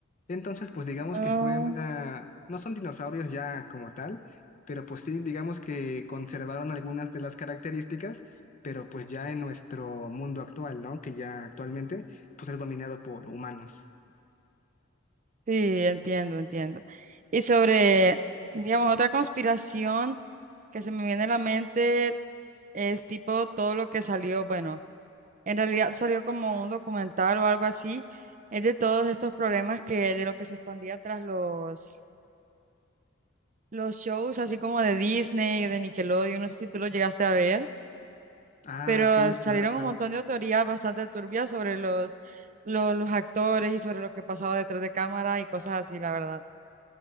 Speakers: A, on the left; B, on the right.
A: Entonces, pues digamos
B: Ah,
A: que fue una... No son dinosaurios ya como tal, pero pues sí, digamos que conservaron algunas de las características, pero pues ya en nuestro mundo actual, ¿no? Que ya actualmente pues es dominado por humanos.
B: sí, entiendo, entiendo. Y sobre, digamos, otra conspiración que se me viene a la mente es tipo todo lo que salió, bueno. En realidad salió como un documental o algo así, es de todos estos problemas que de lo que se escondía tras los, los shows, así como de Disney, de Nickelodeon, no sé si tú lo llegaste a ver,
A: Ah,
B: pero
A: sí,
B: salieron
A: claro, claro.
B: un montón de autorías bastante turbias sobre los, los, los actores y sobre lo que pasaba detrás de cámara y cosas así, la verdad.